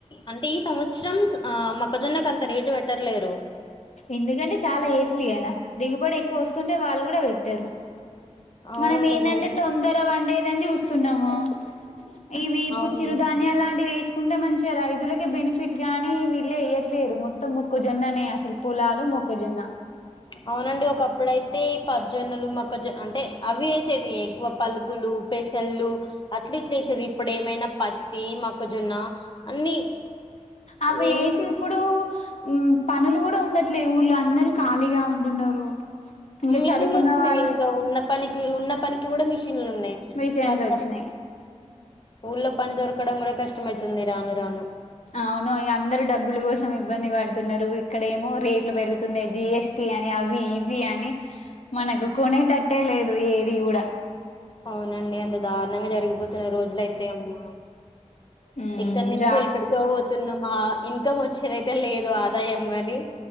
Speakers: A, on the left; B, on the left.
A: అంటే ఇ సంవత్సరం ఆ మొక్కజొన్నకు అంత రేటు పెట్టట్లేరు
B: ఎందుకంటే చాలా ఏసిన్లు కదా దిగుబడి ఎక్కువ వస్తుంటే వాళ్ళు కూడా పెట్టరు
A: అవునండి
B: మనం ఏందంటే
A: గు
B: తొందర వండేదని చూస్తున్నాము ఇవి ఇప్పుడు
A: అవును
B: చిరుధాన్యాలా లాంటివి వేసు కుంటే మంచిగ రైతులకే బెనిఫిట్ గానీ వీళ్ళే వేయట్లేరు మొత్తం మొక్కజొన్ననే అసలు పొలాలు మొక్కజోన్న
A: అవునండి ఒకప్పుడైతే ఈ పజ్జోన్నలు మక్కజొన్నలు అంటే అవి వేసేది ఎక్కువ పలుకులు పెసళ్లు అట్ల ఇట్ల వేసేది ఇప్పుడు ఏమైనా పత్తి మొక్కజొన్న అన్ని
B: అవి
A: ఏంది
B: వేసి ఇప్పుడు ఉమ్ పనులు కూడా ఉండట్లే ఊర్లో అందరరు ఖాళీగా ఉంటున్నారు ఇంకా
A: మిషన్లు
B: చదువుకున్న
A: వచ్చినాయి
B: వాళ్ళ
A: ఇంకా ఉన్న పనికి ఉన్న పనికి కూడా మిషన్ మిషన్ లు ఉన్నాయి
B: మిషన్స్
A: కత
B: వచ్చినాయి
A: ఊళ్లో పని దొరకడం కూడా కష్టమైతుంది రాను రాను
B: అవును అందరు డబ్బుల కోసం ఇబ్బంది పడుతున్నారు ఇక్కడ ఏమో రేట్లు పెరుగుతున్నాయి జిఎస్టి అని అవి ఇవి అని మనకు కొనేటట్టే లేదు ఏది కూడా
A: అవునండి అంత దారుణంగా జరిగిపోతున్నాయి రోజులు అయితే అమ్మా
B: మ్,
A: ఎక్కడ నుంచో
B: జా
A: ఎక్కడికో పోతున్నమా ఇన్కమ్ వచ్చేదయితే లేదు ఆదాయం కాని